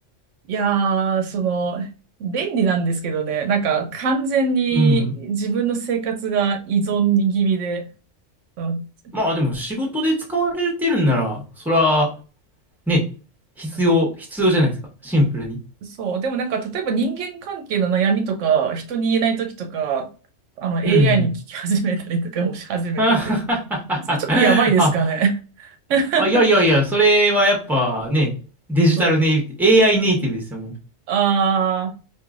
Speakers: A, on the right; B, in the centre.
A: いやー、その、便利なんですけどね、なんか完全に自分の生活が依存気味で、
B: うん。
A: うん
B: まあでも仕事で使われてるんなら、そら、ね、必要、必要じゃないですか。シンプルに。
A: そう。でもなんか、例えば人間関係の悩みとか、人に言えない時とか、あの、AI
B: うんうん。
A: に聞き始めたりとかもし始めてて。
B: <laughs> あ、
A: それちょっとやばいですかね。<laughs>
B: あ、いやいやいや、それはやっぱね、デジタルネイティブ、
A: そう。
B: AI ネイティブですよ、もう。
A: ああ、